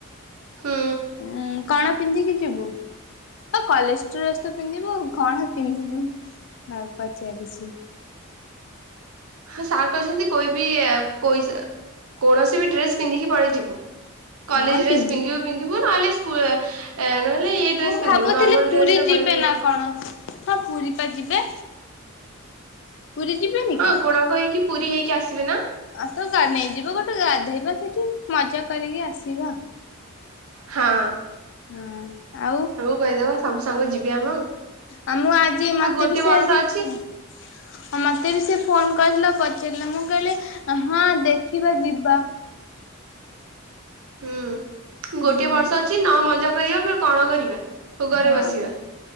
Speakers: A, on the right (about 85°); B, on the left (about 60°).
A: ହୁଁ।
B: ଉଁ କଣ ପିନ୍ଧିକି ଯିବୁ? ହ କଲେଜ ଡ୍ରେସ ତ ପିନ୍ଧିବୁ କଣ ପିନ୍ଧିବୁ ଆଉ ପଚାରୁଛି।
A: ହଁ ସାର୍ କହିଚନ୍ତି କୋଇ ବି କୋଇସ କୌଣସି ବି ଡ୍ରେସ୍ ପିନ୍ଧିକି ପଳେଇଯିବୁ। କଲେଜ
B: ହଁ
A: ଡ୍ରେସ
B: ପିନ୍ଧି
A: ପିନ୍ଧିବୁ ପିନ୍ଧିବୁ ନହଲେ ସ୍କୁଲ ନହେଲେ ଏ ଡ୍ରେସ
B: ମୁଁ
A: ପିନ୍ଧିବୁ
B: ଭାବୁଥିଲି
A: ନର୍ମାଲ
B: ପୁରୀ
A: ଡ୍ରେସା
B: ଯିବେ
A: ଘରେ ଡ୍ରେସ
B: ନା କଣ ହଁ ପୁରୀ ପା ଯିବେ। ପୁରୀ ଯିବେନି
A: ହଁ
B: କଣ?
A: କୋଣାର୍କ ହେଇକି ପୁରୀ ହେଇକି ଆସିବେ ନା।
B: ଆଉ ତ ନେଇଯିବ ଗୋଟେ ଗାଧେଇବା ସେଇଠି ମଜା କରିକି ଆସିବା।
A: ହଁ
B: ହଁ। ଆଉ?
A: କ କହିଦବ <inaudible> ସବୁ ସାଙ୍ଗ ଯିବେ ଆମ
B: ଆଉ ମୁଁ ଆଜି ମତେ
A: ଆଉ ଗୋଟିଏ
B: ବି ସେ
A: ବର୍ଷ
B: ଆଜି
A: ଅଛି
B: ପୁ ହଁ ମତେ ବି ସେ ଫୋନ କରିିଥିଲା ପଚାରିଲେ ମୁଁ କହିଲି ହଁ ଦେଖିବା ଯିବା।
A: <inaudible> ହୁଁ
B: ହୁଁ
A: ଗୋଟଏ ବର୍ଷ ଅଛି ନ ମଜା କରିବା କଣ କରିବା। ଭୋଗରେ
B: ହଁ
A: ବସିବା